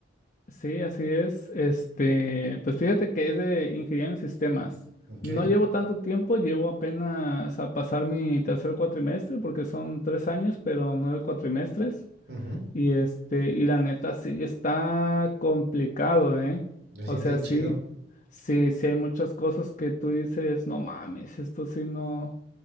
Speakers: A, on the left; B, on the right.
A: Sí, así es. Este, pues fíjate que es de ingeniería en sistemas.
B: ¿ok?
A: No llevo tanto tiempo, llevo apenas a pasar mi tercer cuatrimestre, porque son tres años, pero nueve cuatrimestres.
B: Ujú.
A: Y este, y la neta sí está complicado, ¿eh?
B: ¿Te
A: O
B: sientes
A: sea, sí,
B: chido?
A: sí, sí hay muchas cosas que tú dices, no mames, esto sí no,